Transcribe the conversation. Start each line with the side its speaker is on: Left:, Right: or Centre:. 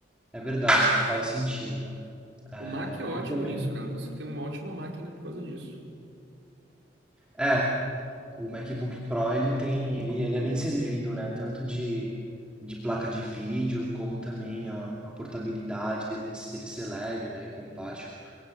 Centre: É verdade, faz sentido.
Right: O Mac
Centre: É,
Right: é ótimo
Centre: Eu também.
Right: nisso, cara. Você tem uma ótima máquina por causa disso.
Centre: É, o MacBook Pro ele tem, ele, ele é bem servido, né? Tanto de, de placa de vídeo, como também a, a portabilidade dele, desse, dele ser leve, né? E compacto.